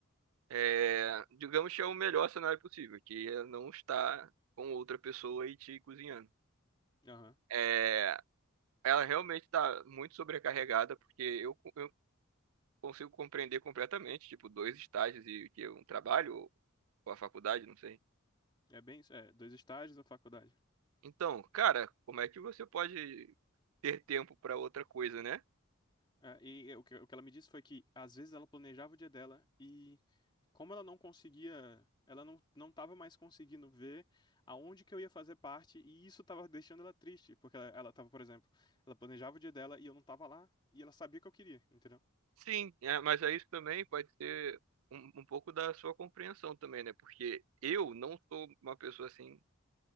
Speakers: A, on the right; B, on the left.
A: É, digamos que é o melhor cenário possível, que é não estar com outra pessoa e te cozinhando.
B: Aham.
A: É, ela realmente está muito sobrecarregada, porque eu, eu consigo compreender completamente, tipo, dois estágios e o que é um trabalho ou ou a faculdade, não sei.
B: É bem isso. É, dois estágios na faculdade.
A: Então, cara, como é que você pode ter tempo para outra coisa, né?
B: É, e é, o que, o que ela me disse foi que às vezes ela planejava o dia dela e como ela não conseguia, ela não, não estava mais conseguindo ver aonde que eu ia fazer parte e isso estava deixando ela triste, porque ela, ela tava, por exemplo, ela planejava o dia dela e eu não tava lá e ela sabia que eu queria, entendeu?
A: Sim, é, mas aí isso também pode ser um, um pouco da sua compreensão também, né? Porque eu não sou uma pessoa assim